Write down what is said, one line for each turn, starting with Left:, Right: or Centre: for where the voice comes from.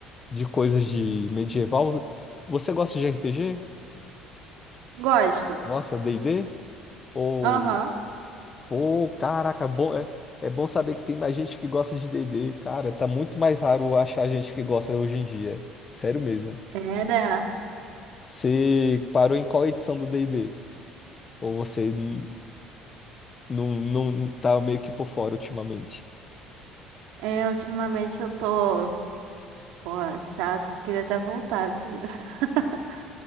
Left: de coisas de medieval, você gosta de RPG?
Right: Gosto.
Left: Gosta de D&D? Ou,
Right: Aham.
Left: pô, caraca, bom, é, é bom saber que tem mais gente que gosta de D&D, cara, tá muito mais raro achar gente que gosta hoje em dia. Sério mesmo.
Right: É, né?
Left: Você parou em qual edição do D&D? Ou você n- não, não tá meio que por fora ultimamente?
Right: É, ultimamente eu tô. Pô, chato. Queria até voltar. se- <laughs>